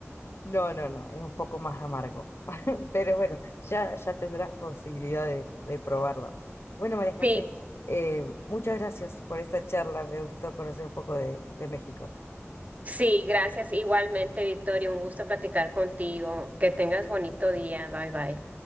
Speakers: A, on the left; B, on the right.
A: No, no, no, es un poco más amargo. <laughs> Pero bueno, ya, ya tendrás posibilidad de, de probarlo. Bueno, María José,
B: Sí,
A: eh, muchas gracias por esta charla. Me gustó conocer un poco de de México.
B: sí, gracias igualmente, Victoria, un gusto platicar contigo, que tengas bonito día, bye bye.